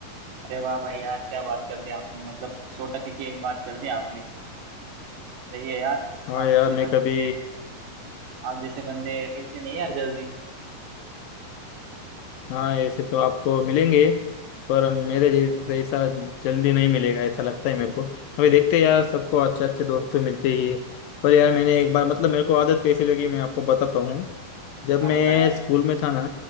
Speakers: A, on the right; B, on the left.
A: अरे वाह भाई यार क्या बात कर दी आपने मतलब सौ टके की एक बात कर दी आपने सही है यार
B: हाँ
A: आप
B: यार
A: जैसे
B: मैं
A: बंदे
B: कभी
A: आप जैसे बंदे मिलते नहीं यार जल्दी
B: हाँ ऐसे तो आपको मिलेंगे पर मेरे जै- जैसा जल्दी नहीं मिलेगा ऐसा लगता है मेरे को अभी देखते हैं यार सबको अच्छे अच्छे दोस्त तो मिलते ही है पर यार मैंने एक बार मतलब मेरे को आदत कैसी लगी मैं आपको बताता हूँ जब
A: हाँ
B: मैं
A: बताया
B: स्कूल में था ना